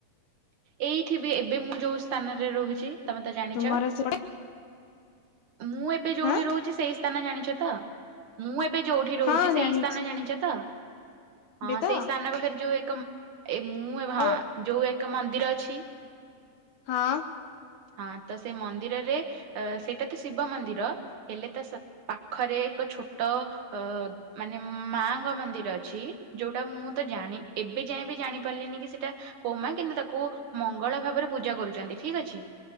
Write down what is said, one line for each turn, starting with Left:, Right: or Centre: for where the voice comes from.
Right: ଏଇଠି ବି ଏବେ ମୁଁ ଯୋଉ ସ୍ଥାନରେ ରହୁଛି ତମେ ତ ଜାଣିଛ।
Left: ତୁମର ସେପଟେ
Right: ମୁଁ ଏବେ ଯୋଉଠି
Left: ହଁ
Right: ରହୁଛି ସେଇ ସ୍ଥାନ ଜାଣିଛ ତ? ମୁଁ ଏବେ ଯୋଉଠି ରହୁଛି
Left: ହଁ
Right: ସେଇ
Left: ଜାଣିଛି
Right: ସ୍ଥାନ ଜାଣିଛ ତ? ହଁ
Left: ବି ତ
Right: ସେଇ ସ୍ଥାନ ପାଖରେ ଯୋଉ ଏକ ଏ ମୁଁ ହଁ
Left: ଆଉ
Right: ଯୋଉ ଏକ ମନ୍ଦିର ଅଛି
Left: ହଁ।
Right: ହଁ ତ ସେ ମନ୍ଦିରରେ ସେଇଟା ତ ଶିବ ମନ୍ଦିର ହେଲେ ତ ପାଖରେ ଏକ ଛୋଟ ଅ ମାନେ ମାଙ୍କ ମନ୍ଦିର ଅଛି ଯୋଉଟା ମୁଁ ତ ଜାଣି ଏବେ ଯାଏ ବି ଜାଣିପାରିଲିନି କି ସେଇଟା କୋଉ ମା କିନ୍ତୁ ତାକୁ ମଙ୍ଗଳା ଭାବରେ ପୂଜା କରୁଛନ୍ତି ଠିକ ଅଛି।